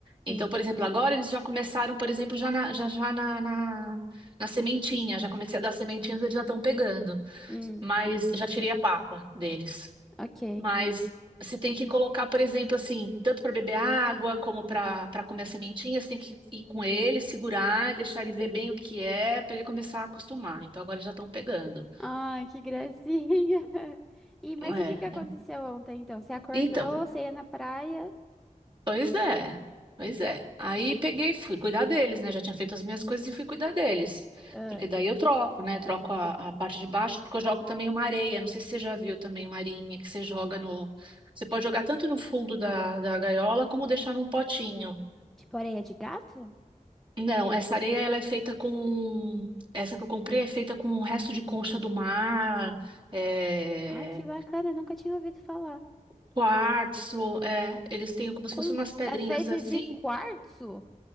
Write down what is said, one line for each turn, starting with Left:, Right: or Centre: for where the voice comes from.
Centre: sim.
Right: Então, por exemplo, agora eles já começaram, por exemplo, já na, já, já na, na, na sementinha, já comecei a dar sementinhas, eles já estão pegando.
Centre: Hum,
Right: Mas já tirei a papa deles.
Centre: ok.
Right: Mas você tem que colocar, por exemplo, assim, tanto para beber água como para para comer a sementinha, você tem que ir com ele, segurar, deixar ele ver bem o que é, para ele começar a acostumar. Então agora já estão pegando.
Centre: Ai, que gracinha. <laughs> E, mas
Right: É,
Centre: e o que que aconteceu
Right: é-
Centre: ontem, então? Você acordou,
Right: então,
Centre: você ia na praia?
Right: pois é. Pois é. Aí peguei, e fui cuidar deles, né? Já tinha feito as minhas coisas e fui cuidar deles.
Centre: Ah,
Right: Porque daí eu troco, né? Troco a, a parte de baixo, porque eu jogo também uma areia. Não sei se você já viu também uma areinha que você joga no. Você pode jogar tanto no fundo da, da gaiola como deixar num potinho.
Centre: tipo areia de gato?
Right: Não, essa areia ela é feita com. Essa que eu comprei é feita com o resto de concha do mar, é,
Centre: Ai, que bacana, nunca tinha ouvido falar.
Right: quartzo. É, eles têm como se
Centre: Com...
Right: fossem umas pedrinhas
Centre: É feita
Right: assim.
Centre: de quartzo?